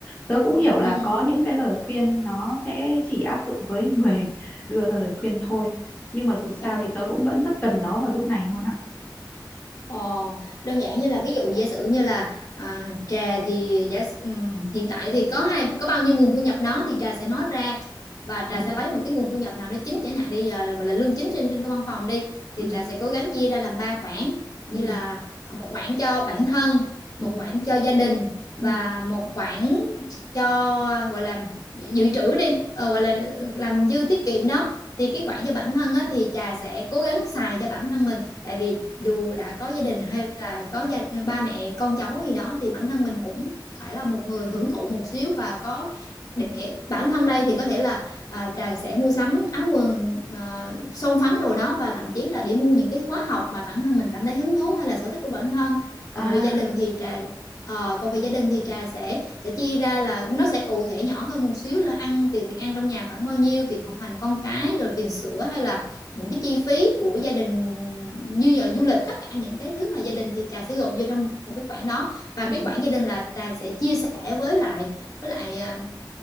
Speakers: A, on the left; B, on the left.
A: Tớ cũng hiểu là
B: ừ,
A: có những cái lời khuyên nó sẽ chỉ áp dụng với người <laughs> đưa ra lời khuyên thôi. Nhưng mà dù sao
B: ừ.
A: thì tớ cũng vẫn rất cần nó vào lúc này luôn á.
B: Ờ, đơn giản như là ví dụ giả sử như là à, trà thì giả s- ừm, hiện tại thì có hai có bao nhiêu nguồn thu nhập đó thì trà sẽ nói ra và
A: Ừ,
B: trà sẽ lấy một cái nguồn thu nhập nào đó chính chẳng hạn đi giờ là gọi là lương chính trên trên cái văn phòng đi thì
A: ừ,
B: trà sẽ cố gắng chia ra làm ba khoản như
A: ừ,
B: là à, một khoản cho bản thân
A: ừ,
B: một khoản cho gia đình và
A: ừ,
B: một khoản cho gọi là dự trữ đi ờ, gọi
A: ừ.
B: là làm dư tiết kiệm đó thì cái khoản cho bản thân á, thì trà sẽ cố gắng xài cho bản thân mình tại vì dù đã có gia đình hay là có gia ba mẹ con cháu gì đó thì bản thân mình cũng phải là một người hưởng thụ một xíu và có để bản thân đây thì có thể là à, trà sẽ mua sắm áo quần à, son phấn đồ đó và thậm chí là để mua những cái khóa học mà bản thân mình cảm thấy hứng thú hay là sở thích của bản thân còn
A: À,
B: về gia đình thì trà ờ, còn về gia đình thì trà sẽ sẽ chia ra là nó sẽ cụ thể nhỏ hơn một xíu là ăn tiền tiền ăn trong nhà khoảng bao nhiêu tiền học hành con cái rồi tiền sữa hay là những cái chi phí của gia đình như giờ du lịch tất cả những cái thứ mà gia đình thì trà sẽ gộp vô trong một cái khoản đó và
A: ừ,
B: cái khoản gia đình là trà sẽ chia sẻ với lại với lại à,